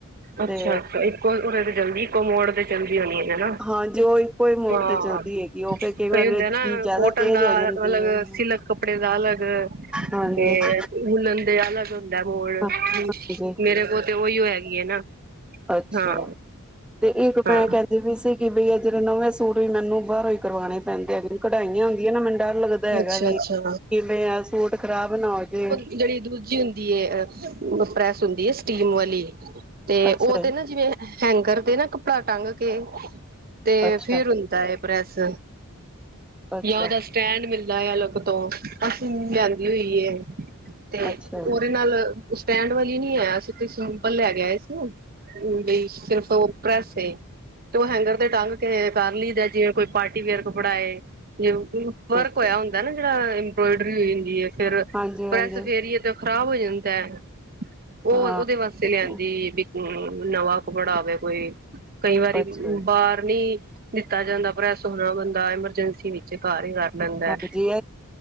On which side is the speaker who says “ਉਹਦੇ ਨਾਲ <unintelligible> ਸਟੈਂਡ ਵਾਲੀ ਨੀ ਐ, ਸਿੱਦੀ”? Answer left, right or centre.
Right